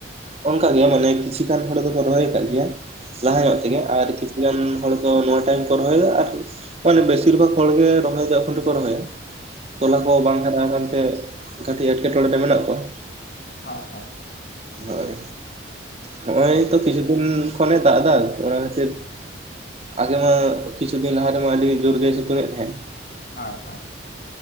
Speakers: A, on the right; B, on the left.
A: ᱚᱱᱠᱟᱜᱮ ᱢᱟᱱᱮ ᱠᱤᱪᱷᱤ ᱜᱟᱱ ᱦᱚᱲ ᱫᱚᱠᱚ ᱨᱚᱦᱚᱭ ᱠᱟᱱ ᱜᱮᱭᱟ ᱞᱟᱦᱟ ᱧᱚᱜ ᱛᱮᱜᱮ ᱟᱨ ᱠᱤᱪᱷᱤ ᱡᱚᱱ ᱦᱚᱲ ᱫᱚ ᱱᱚᱣᱟ ᱴᱟᱭᱤᱢ ᱠᱚ ᱨᱚᱦᱚᱭ ᱮᱫᱟ ᱟᱨ ᱢᱟᱱᱮ ᱵᱮᱥᱤᱨ ᱵᱷᱟᱜ ᱦᱚᱲ ᱜᱮ ᱨᱚᱦᱚᱭ ᱫᱚ ᱮᱠᱷᱚᱱ ᱴᱚᱠᱚ ᱨᱚᱦᱚᱭᱟ ᱛᱚᱞᱟ ᱠᱚ ᱵᱟᱝ ᱦᱟᱨᱟ ᱟᱠᱟᱱ ᱛᱮ ᱠᱟᱹᱴᱤᱡ ᱮᱴᱠᱮᱴᱚᱬᱮ ᱨᱮ ᱢᱮᱱᱟᱜ ᱠᱚᱣᱟ
B: ᱦᱳᱭ ᱦᱳᱭ
A: ᱦᱳᱭ ᱱᱚᱜᱼᱚᱭ
B: ᱚ
A: ᱛᱚ ᱠᱤᱪᱷᱩ ᱫᱤᱱ ᱠᱷᱚᱱᱮ ᱫᱟᱜ ᱮᱫᱟ ᱚᱱᱟ ᱠᱷᱟᱹᱛᱤᱨ ᱟᱜᱮ ᱢᱟ ᱠᱤᱪᱷᱩ ᱫᱤᱱ ᱞᱟᱦᱟᱨᱮᱢᱟ ᱟᱹᱰᱤ ᱡᱳᱨᱜᱮᱭ ᱥᱤᱛᱩᱝ ᱮᱫ ᱛᱟᱦᱮᱸᱱ
B: ᱦᱳᱭ ᱦᱳᱭ